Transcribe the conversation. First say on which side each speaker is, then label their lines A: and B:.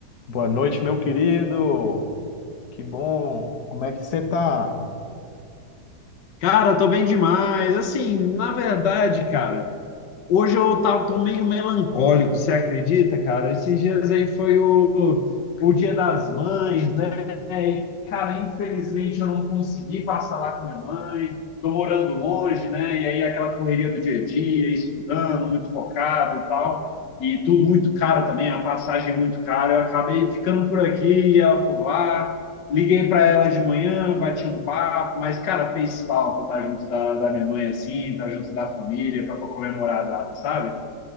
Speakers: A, on the left (about 65°); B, on the left (about 80°).
A: Boa noite, meu querido. Que bom. Como é que você tá?
B: Cara, tô bem demais. Assim, na verdade, cara, hoje eu tava, tô meio melancólico, você acredita, cara? Esses dias aí foi o, o Dia das Mães, né? E, cara, infelizmente eu não consegui passar lá com minha mãe. Tô morando longe, né? E aí aquela correria do dia a dia, estudando, muito focado e tal. E tudo muito caro também, a passagem muito cara. Eu acabei ficando por aqui e ela por lá. Liguei para ela de manhã, bati um papo, mas, cara, fez falta estar junto da, da minha mãe, assim, estar junto da família, para comemorar a data, sabe?